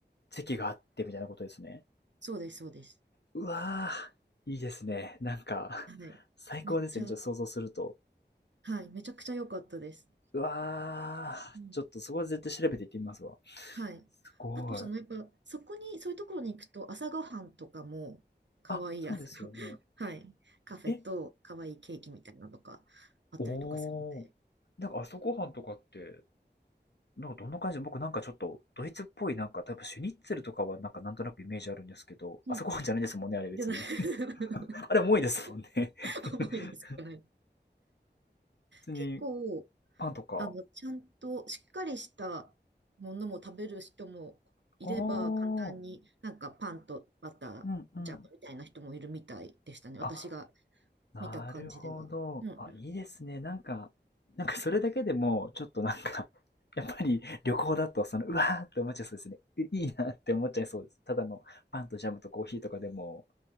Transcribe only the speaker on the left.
席があってみたいなことですね。
うわあ、いいですね。なんか最高ですね。
ちょっと想像すると。
うわあ、
ちょっとそこは絶対調べていってみますわ。
すごい。
あ、そうですよね。
え、
おお。なんか朝ごはんとかって、なんかどんな感じで、僕なんかちょっとドイツっぽいなんか、たぶんシュニッツェルとかはなんかなんとなくイメージあるんですけど、
朝ごはんじゃないですもんね、あれ別に。
<laughs>
あれも多いですもんね。
<laughs>
普通に
パンとか。
ああ、
うんうん。
あ、なるほど。
あ、いいですね。なんか、なんかそれだけでも、ちょっとなんか <laughs> やっぱり旅行だと、その、うわーって思っちゃいそうですね。いいいなって思っちゃいそうです。ただのパンとジャムとコーヒーとかでも。